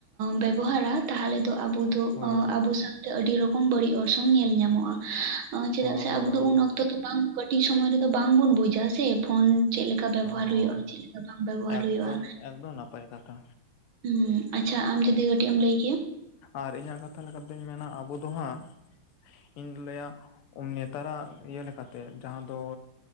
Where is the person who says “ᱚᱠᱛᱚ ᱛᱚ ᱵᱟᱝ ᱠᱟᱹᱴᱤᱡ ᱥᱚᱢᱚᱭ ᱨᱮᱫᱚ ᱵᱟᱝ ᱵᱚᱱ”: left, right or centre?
Right